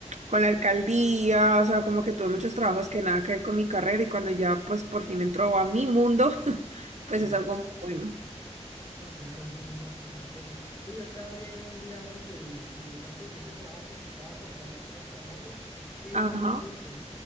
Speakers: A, on the right; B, on the left.
A: con la alcaldía, o sea, como que tuve muchos trabajos que nada que ver con mi carrera y cuando ya pues por fin entró a mi mundo, <laughs>
B: Sí.
A: pues es algo muy bueno.
B: No, claro, eso es muy satisfactorio. Sí, yo también, digamos, de, de antes de ese trabajo que te estaba contando que era tan malo, sí
A: Ajá.
B: volteé mucho.